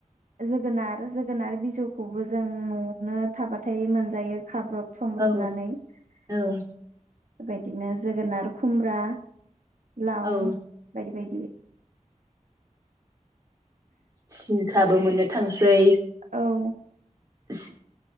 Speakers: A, on the right (about 70°); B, on the right (about 25°).
A: जोगोनार जोगोनार बिजौखौबो जों नआवनो थाबाथाय मोनजायो खाब्रब संब्रबनानै।
B: औ
A: बेबायदिनो
B: औ
A: जोगोनार खुमब्रा लाव
B: औ
A: बायदि बायदि
B: सिंखाबो मोननो थांसै।
A: औ
B: सि